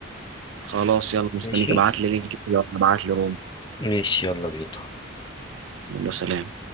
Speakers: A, on the right; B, on the left.
A: خلاص يلا مستنيك
B: ماشي
A: ابعت لي لينك كده وأنا ابعت لي روم
B: ماشي يلا بينا
A: يلا سلام